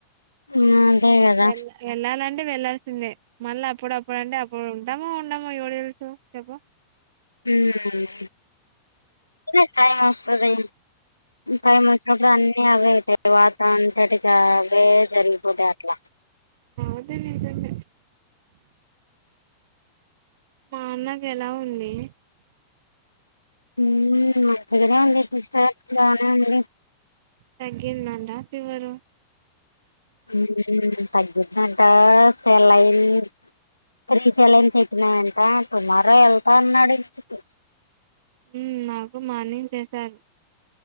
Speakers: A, on the left; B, on the right.
A: ఉమ్, అదే కదా
B: వెల్ వెళ్ళాలంటే వెళ్లాల్సిందే మళ్ళ అప్పుడప్పుడ్ అంటే అప్పుడు ఉంటామో ఉండమో ఎవర్కి తెల్సు చెప్పు
A: మ్ టైమ్ టైమస్తది. టైం వచ్చినప్పుడు అన్నీ అవే అయితయి వాతావరణం వాటిక్ కావే జరిగిపోతయి అట్ల
B: అదే నిజమే మా అన్నక్ ఎలా ఉందీ?
A: మ్ మంచిగనే ఉంది కృష్ణా హెల్త్ బానే ఉంది.
B: తగ్గిందంట ఫివరు
A: మ్ తగ్గిందంట సెలైన్ త్రీ సెలైన్స్ ఎక్కినయంట టుమారో ఎళ్తా అన్నాడు ఇంటికి
B: మ్ నాకు మార్నింగ్ చేశారు